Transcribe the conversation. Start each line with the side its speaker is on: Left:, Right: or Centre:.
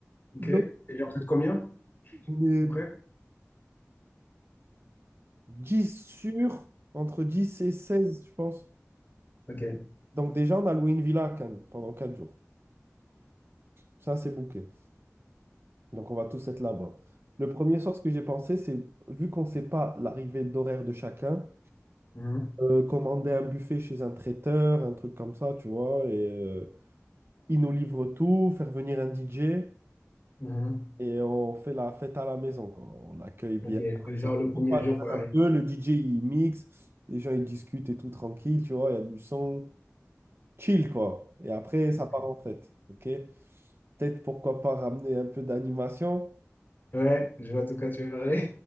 Left: Ok,
Right: Donc,
Left: et genre, vous êtes combien,
Right: on est
Left: à peu près?
Right: 10 sur, entre 10 et 16, je pense.
Left: Ok.
Right: Donc, déjà, on a loué une villa à Cannes pendant 4 jours. Ça, c'est bouqué. Donc, on va tous être là-bas. Le premier soir, ce que j'ai pensé, c'est, vu qu'on ne sait pas l'arrivée d'horaire de chacun,
Left: Mhm.
Right: euh, commander un buffet chez un traiteur, un truc comme ça, tu vois, et euh, il nous livre tout, faire venir un DJ,
Left: Mhm.
Right: et on fait la fête à la maison, quoi. On l'accueille bien.
Left: Ok,
Right: Comme
Left: genre
Right: ça, tout
Left: le premier
Right: le monde parle
Left: jour pour l'arrivée.
Right: un peu, le DJ, il mixe, les gens, ils discutent et tout tranquille, tu vois, il y a du son, chill, quoi. Et après, ça
Left: Ok.
Right: part en fête, ok? Peut-être, pourquoi pas, ramener un peu d'animation.
Left: Ouais, je vois de quoi tu veux parler.